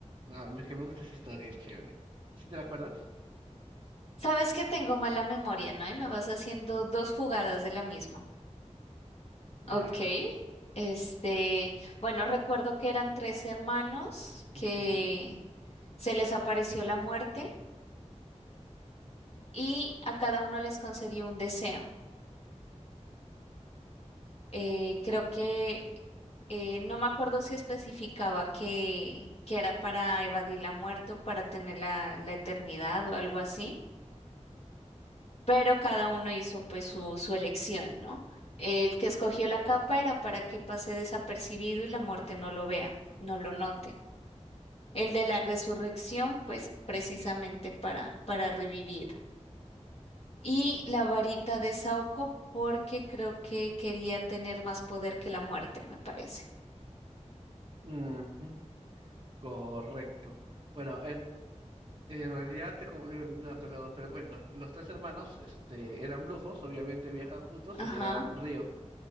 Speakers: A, on the right; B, on the left.
A: Ah, es que me gusta esa historia, es chévere. ¿Sí te la acuerdas?
B: Sabes que tengo mala memoria, ¿no? Y me vas haciendo dos fugadas de la misma.
A: Ya.
B: Ok, este, bueno, recuerdo que eran tres hermanos que
A: ujú,
B: se les apareció la muerte y a cada uno les concedió un deseo. Eh, creo que eh, no me acuerdo si especificaba que, que era para evadir la muerte o para tener la, la eternidad o algo así, pero cada uno hizo pues su, su elección, ¿no? El que escogió la capa era para que pase desapercibido y la muerte no lo vea, no lo note. El de la resurrección, pues precisamente para, para revivir. Y la varita de Saoko, porque creo que quería tener más poder que la muerte, me parece.
A: ujú, Correcto. Bueno, en, en realidad te, como- eh, no, te lo, te lo cuento. Los tres hermanos, este, eran brujos, obviamente viajan juntos
B: Ajá,
A: y llegan a un río.